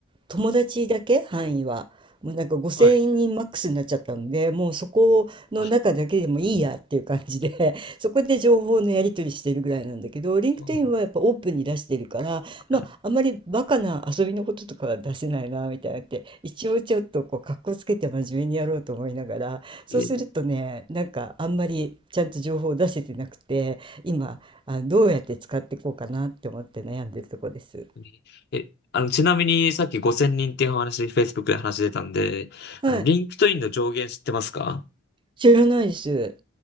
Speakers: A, on the right; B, on the left.
A: 友達だけ範囲はもうなんか5,000人マックスになっちゃったのでもうそこの中だけでもいいやっていう感じで
B: はい。あ、
A: <laughs> そこで情報のやり取りしてるぐらいなんだけど LinkedIn
B: そうなん
A: はやっぱオープンに出してるからまああんまりバカな遊びのこととかは出せないなみたいなって一応ちょっとこう格好つけて真面目にやろうと思いながらそうするとねなんかあんまりちゃんと情報を出せてなくて今あどうやって使っていこうかなって思って悩んでるとこです。
B: だいえ、本当にえ、あの、ちなみに、さっき5000人っていうお話、Facebook で話出たんで、
A: はい、
B: あの、リンクトインの上限知ってますか
A: 知らないです。